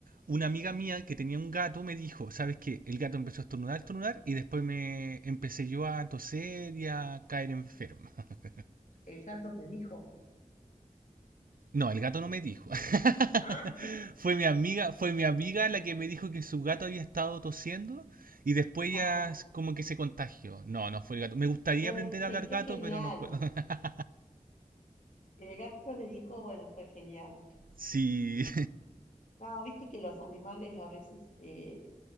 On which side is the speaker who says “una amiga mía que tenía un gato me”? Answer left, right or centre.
Right